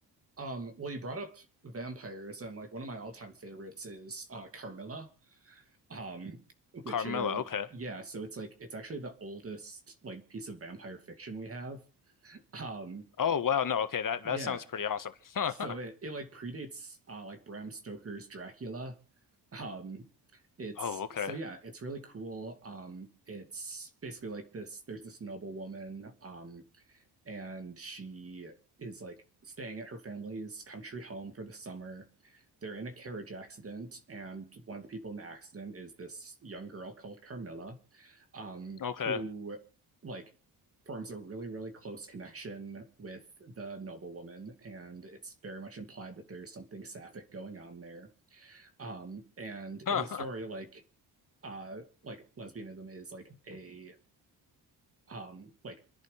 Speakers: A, on the right (about 35°); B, on the left (about 50°).
A: Um, well, you brought up vampires, and like one of my all-time favorites is uh, Carmilla, um, which
B: Carmilla,
A: is
B: okay.
A: yeah. So it's like it's actually the oldest like piece of vampire fiction we have. Um,
B: Oh wow, no, okay, that
A: yeah,
B: that sounds pretty awesome. <laughs>
A: so it, it like predates uh, like Bram Stoker's Dracula. Um, it's
B: Oh, okay.
A: so yeah, it's really cool. Um, it's basically like this. There's this noble woman. Um, and she is like staying at her family's country home for the summer. They're in a carriage accident, and one of the people in the accident is this young girl called Carmilla, um,
B: Okay.
A: who like forms a really, really close connection with the noblewoman, and it's very much implied that there's something sapphic going on there. Um, and in
B: <laughs>
A: the story, like uh, like lesbianism is like a um like